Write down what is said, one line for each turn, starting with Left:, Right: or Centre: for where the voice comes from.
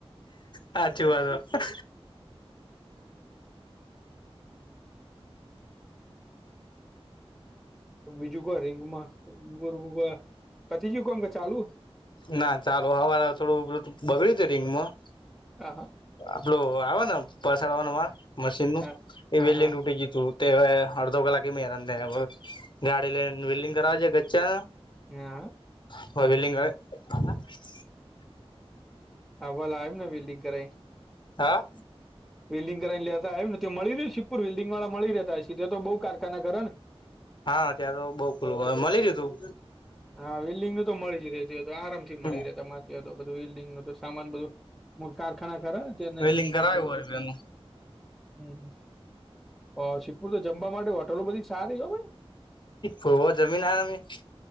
Left: હાચી વાત <unintelligible>
Centre: બીજું કોઈ રંગમાં <unintelligible> પતી ગયું કોમ કે ચાલુ.
Left: ના ચાલો હવારે થોડું બગડ્યું તું રિંગમાં.
Centre: આહા.
Left: આપડું આવે ને પસાડવાનું મારે મશીન
Centre: હા
Left: નુ એવે
Centre: હા હા
Left: લિંગ ટુટી ગયું તું. તે હવે અડધો કલાકે મેહનત લે હ ગાડી લઈન વેડિંગ કરાવ <unintelligible>
Centre: <unintelligible>
Left: <unintelligible>
Centre: હવાલ આવે ને વિલ્લ્ડિંગ કરાઇન.
Left: હા.
Centre: વેલ્ડિંગ કરાવને લેતા હતા એમને મળી રહી છેપુર વેલ્ડિંગ વાળા મળી રહ્યા હશ તો તે બહુ કારખાના ખરાને.
Left: હા ત્યા તો બઉુ પેલુ હવે મળી રહેતું.
Centre: હા વિલ્ડિંગ નું તો મળી જ રહેતી આરામથી મળી
Left: હમ
Centre: રહે તમારી ત્યાં બધું વિલ્ડિંગ નું તો સામાન બધું. <unintelligible> કારખાના ખરા ને ત્યા નજીકમાં
Left: વેલ્ડિંગ કરાયું
Centre: છે બધું.
Left: હોય એનું
Centre: હમ્મ ઓ <unintelligible> તો જમવા માટે હોટલો બધી સારી હોવે.
Left: <unintelligible>